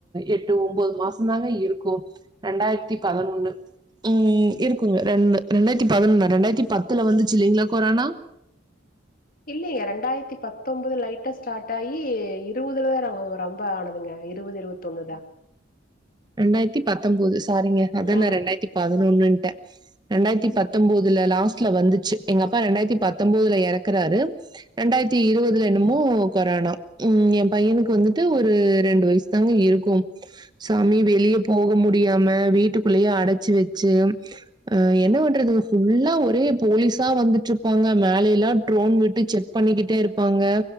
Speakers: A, on the right; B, on the left.
A: எட்டு ஒன்பது மாசம் தாங்க இருக்கும் ரெண்டாயிரத்தி பதினொன்னு ம் இருக்குங்க ரெண்டு ரெண்டாயிரத்தி பதினொன்னு ரெண்டாயிரத்தி பத்துல வந்துச்சு இல்லங்களா கொரோனா
B: இல்லங்க ரெண்டாயிரத்தி பத்தொன்பது லைட்டா ஸ்டார்ட் ஆகி இருபதுலதான் ரொம்ப ஆன இங்க இருபது இரு ஒண்ணுதால
A: ரெண்டாயிரத்தி பத்தொன்பதுஸ் சாரீங்க அதங்க
B: ம்.
A: ரெண்டாயிரத்தி பதினொன்னுட்டேன் ரெண்டாயிரத்தி பத்தொன்பதுல லாஸ்ட்ல வந்துச்சு எங்க அப்பா ரெண்டாயிரத்தி பத்தொன்பதுல இறக்குறாரு ரெண்டாயிரத்தி இருபதுல என்னமோ கொரோனா உம் என் பையனுக்கு வந்துட்டு ஒரு ரெண்டு வயசு தாங்க இருக்கும் சாமி வெளியே போக முடியாம வீட்டுக்குள்ளயே அடைச்சு வச்சு அ என்ன பண்றது ஃபுல்லா ஒரே போலீஸா வந்துட்டு இருப்பாங்க மேலய எல்லாம் ட்ரோன் விட்டு செக் பண்ணிக்கிட்டே இருப்பாங்க